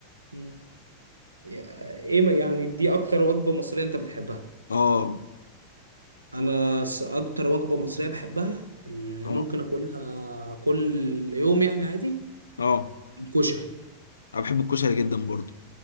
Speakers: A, on the right (about 80°); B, on the left (about 70°).
A: مم. يا- ايه ما- يعني دي اكتر وجبه مصريه انت بتحبها
B: اه
A: انا س- اكتر وجبه مصريه بحبها اللي
B: اه
A: ممكن اكلها كل يوم يعني عادي
B: اه
A: الكشري
B: انا بحب الكشري جدا برضه